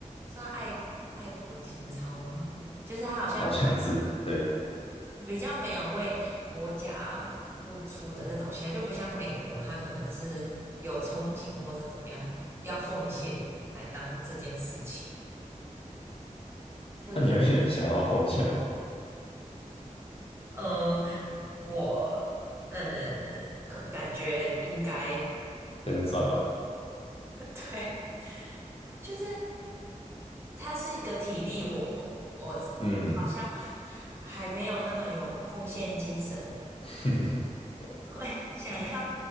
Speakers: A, on the right; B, on the left.
A: 算爱国爱国情操吗？就是他好像比较
B: 好像是，对。
A: 比较没有为国家付出的那种心态，就不像美国，他可能是有憧憬或是怎么样，要奉献来当这件事情，就是。
B: 那你会 <laughs> 想要奉献吗？
A: 嗯。我嗯，可感觉应该
B: 先算了吧。
A: <laughs> 对，就是它是一个体力活，我我好像还还没有那么有奉献精神，
B: 嗯，<laughs>
A: 会想要